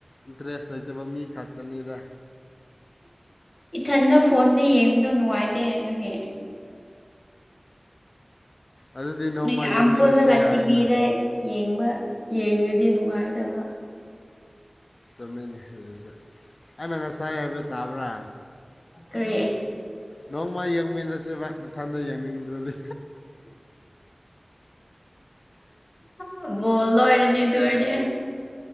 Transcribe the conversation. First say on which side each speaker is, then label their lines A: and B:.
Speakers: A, on the left; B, on the left.
A: ꯏꯟꯇꯔꯦꯁ ꯂꯩꯇꯕ ꯃꯤ ꯈꯛꯇꯅꯤꯗ
B: ꯏꯊꯟꯗ ꯐꯣꯟꯗ ꯌꯦꯡꯕꯗꯣ ꯅꯨꯡꯉꯥꯏꯇꯦ ꯑꯗꯨꯒꯤ
A: ꯑꯗꯨꯗꯤ ꯅꯣꯡꯃ
B: ꯃꯌꯥꯝ
A: ꯌꯦꯡꯃꯤꯟꯅꯁꯨ
B: ꯄꯨꯜꯂꯒ
A: ꯌꯥꯏꯅ
B: ꯇꯤꯚꯤꯗ ꯌꯦꯡꯕ ꯌꯦꯡꯉꯗꯤ ꯅꯨꯡꯉꯥꯏꯒꯗꯕ
A: ꯆꯨꯝꯃꯤꯅꯦ ꯑꯗꯨꯁꯨ ꯑꯩꯅ ꯉꯁꯥꯏ ꯍꯥꯏꯕꯗꯣ ꯇꯥꯕ꯭ꯔ
B: ꯀꯔꯤ
A: ꯅꯣꯡꯃ ꯌꯦꯡꯃꯤꯟꯅꯁꯦꯕ ꯅꯊꯟꯗ ꯌꯦꯡꯅꯤꯡꯗ꯭ꯔꯗꯤ
B: ꯑꯥ ꯕꯣꯜꯂꯣ ꯂꫭꯏꯔꯅꯤ ꯑꯗꯨ ꯑꫭꯏꯔꯗꯤ